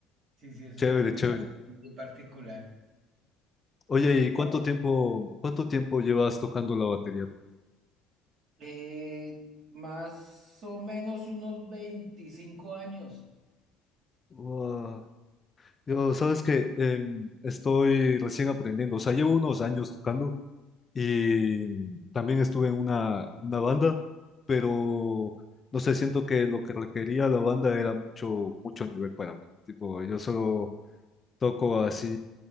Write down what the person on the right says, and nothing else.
Sí, sí, es
una combinación
bien particular.
Sí,
la...
Eh, más o menos unos 25 años.